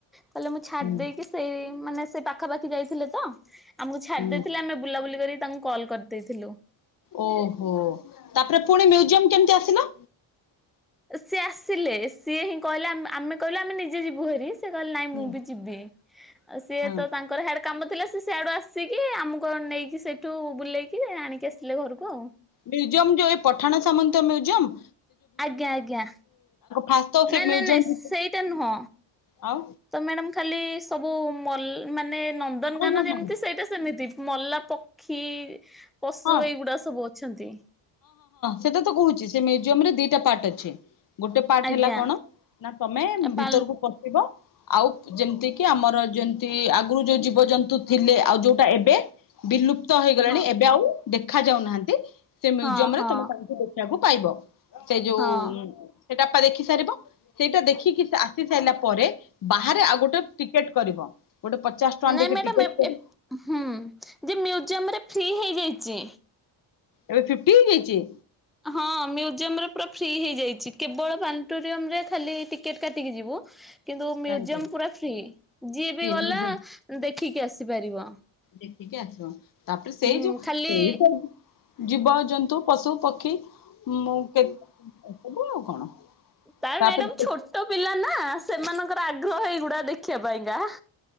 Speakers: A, in the centre; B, on the left.
A: କହିଲେ ମୁଁ ଛାଡ଼ିଦେଇକି
B: ହୁଁ
A: ସେଇ ମାନେ। ସେ ପାଖାପାଖି ଯାଇଥିଲେ ତ। ଆମକୁ ଛାଡି
B: ହୁଁ।
A: ଦେଇଥିଲେ ଆମ ବୁଲାବୁଲି କରି ତାଙ୍କୁ କଲ୍ କରିଦେଇଥିଲୁ।
B: ଓହୋ ତାପରେ ପୁଣି ମ୍ୟୁଜିୟମ କେମିତି ଆସିଲ।
A: ସିଏ ଆସିଲେ ସିଏ ହିଁ କହିଲେ ଆମେ କହିଲୁ ଆମେ ନିଜେ ଯିବୁ ଭାରି। ସେ କହିଲ ନାଇଁ ମୁଁ
B: ହୁଁ।
A: ବି ଯିବି ଆଉ ସିଏ
B: ହଁ
A: ତ ତାଙ୍କର ଆଡ଼େ କାମ। ଥିଲା ସେ ସିଆଡ଼ୁ ଆସିକି ଆମକୁ ଆଉ ନେଇକି ସେଇଠୁ ବୁଲେଇକି ଆଣିକି ଆସିଥିଲେ ଘରକୁ ଆଉ।
B: ମ୍ୟୁଜିୟମ୍ ଯୋଉ ଏ ପଠାଣି ସାମନ୍ତ ମ୍ୟୁଜିୟମ୍।
A: ଆଜ୍ଞା ଆଜ୍ଞା
B: ଫାଷ୍ଟ ତ ସେ
A: ନାଇଁ
B: ମ୍ୟୁଜିୟମ
A: ନାଇଁ ନାଇଁ ସେଇଟା
B: ଭିତ
A: ନୁହଁ
B: ଆଉ
A: ତ ମ୍ୟାଡାମ୍ ଖାଲି ସବୁ ମଲା ମାନେ। ନନ୍ଦନକାନନ
B: ହଁ ହଁ ହଁ
A: ଯେମିତି ସେଇଟା ସେମିତି ମଲା ପ ଖିର ପଶୁ
B: ହଁ।
A: ଏଇଗୁଡ଼ା ସବୁ ଅଛନ୍ତି।
B: ସେଇଟା ତ କହୁଛି ସେ ମ୍ୟୁଜିୟମ୍ ରେ ଦିଟା ପାର୍ଟ ଅଛି। ଗୋଟେ ପାର୍ଟ
A: ଆଜ୍ଞା
B: ହେଲା କଣ ନା ତମେ
A: ପାଲ
B: ଭିତରକୁ ପଶିବ। ଆଉ ଯେମିତି କି ଆମର ଯେନ୍ତି ଆଗରୁ ଯୋଉ ଜୀବଜନ୍ତୁ ଥିଲେ ଆଉ ଯୋଉଟା ଏବେ ବିଲୁ ବିଲୁପ୍ତ ହୋଇଗଲେଣି
A: ହଁ
B: ଏ ଆଉ ଦେଖା ଯାଉନାହାଁନ୍ତି। ସେ ମ୍ୟୁଜିୟମ୍
A: ହଁ
B: ରେ
A: ହଁ
B: ତମେ ତାହାକୁ ଦେଖିବାକୁ। ପାଇବ। ସେଇ ଯୋଉ।
A: ହଁ
B: ସେଟାପା ଦେଖି ସାରିବ ସେଇଟା ଦେଖିକି ଆସି ସାରିଲା ପରେ ବାହାରେ ଆଉ ଗୋଟେ ଟିକେଟ୍ କରିବ। ଗୋଟେ ପଚାଶ ଟଙ୍କା
A: ନାଇଁ
B: ଦେଇକି
A: ମ୍ୟାଡାମ୍
B: ଟିକେଟ
A: ଏପ୍
B: କରି
A: ଏପ ହୁଁ ଯେ ମ୍ୟୁଜିୟମ୍ ରେ ଫ୍ରି ହେଇଯାଇଛି ଚି
B: ଏବେ ଫିଫ୍ଟି ହେଇଯାଇଛି
A: ହଁ ମ୍ୟୁଜିୟମ୍ର ପୁରା ଫ୍ରି ହେଇଯାଇଛି କେବଳ ପ୍ଲାନେଟୋରିୟମ୍ ରେ ଖାଲି ଟିକେଟ୍ କାଟିକି ଯିବୁ କିନ୍ତୁ ମ୍ୟୁଜିୟମ୍
B: ହଁ ହଁ
A: ପୁରା ଫ୍ରୀ ଯିଏ
B: ଟ୍ରେନରେ
A: ବି ଗଲା ଦେଖିକି ଆସିପାରିବ।
B: ଦେଖିକି ଆସିବ ତାପରେ ସେଇ
A: ହୁଁ
B: ଯୋଉ
A: ଖାଲି
B: ସେଇ ତ ଜୀବ ଜନ୍ତୁ ପଶୁ ପକ୍ଷୀ ମୁଁ କେତେ ଦେଖିବୁ ଆଉ କଣ
A: ତା
B: ତାପରେ
A: ମ୍ୟାଡ଼ାମ୍ ଛୋଟ ପିଲା ନା ସେମାନଙ୍କ ଆଗ୍ରହ ହେଇଗୁଡ଼ା ଦେଖିବା ପାଇଁକା